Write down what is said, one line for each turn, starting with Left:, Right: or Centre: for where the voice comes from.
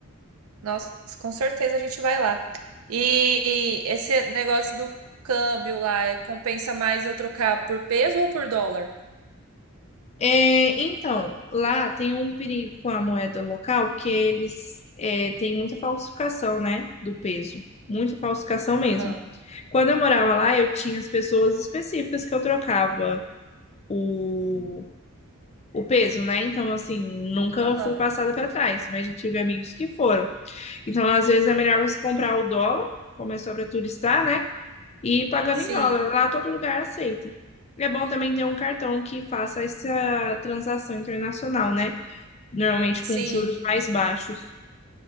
Right: Nossa, com certeza a gente vai lá. E esse negócio do câmbio lá, é, compensa mais eu trocar por peso ou por dólar?
Left: É, então, lá tem um perigo com a moeda local que eles é, têm muita falsificação, né, do peso. Muita falsificação mesmo.
Right: Ah,
Left: Quando eu morava lá, eu tinha as pessoas específicas que eu trocava o, o peso, né? Então, assim, nunca
Right: aham.
Left: fui passada para trás, mas já tive amigos que foram. Então, às vezes é melhor você comprar o dólar, como é só para turistar, né? E ir pagando
Right: Sim,
Left: em dólar. Lá todo lugar aceita. É bom também ter um cartão que faça essa transação internacional, né? normalmente
Right: sim.
Left: com os juros mais baixos.